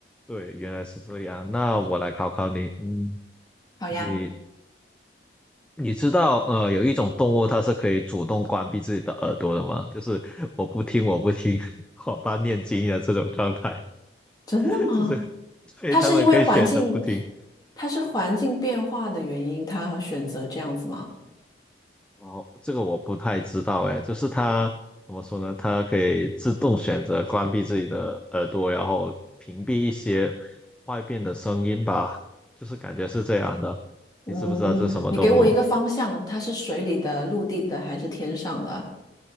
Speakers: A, in the centre; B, on the left.
A: 对，原来是这样。那我来考考你，嗯，
B: 好呀，
A: 你你知道，呃，有一种动物它是可以主动关闭自己的耳朵的吗？就是我不听，我不听，<laughs> 我爸念经的这种状态。
B: 真的吗？
A: <laughs> 就是所以他们可以选择不听。
B: 它是因为环境，它是环境变化的原因，它选择这样子吗？
A: 哦，这个我不太知道哎，就是它怎么说呢？它可以自动选择关闭自己的耳朵，然后屏蔽一些外边的声音吧，就是感觉是这样的。
B: 嗯，
A: 你知不知道这是什么动物？
B: 你给我一个方向，它是水里的、陆地的还是天上的？